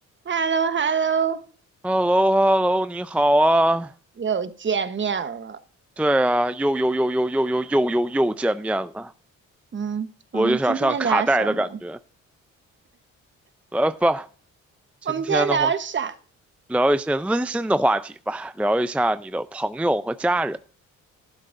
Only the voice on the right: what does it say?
h e l l o h e l l o
又见面了。
嗯，我们今天聊什么？
我们今天聊啥？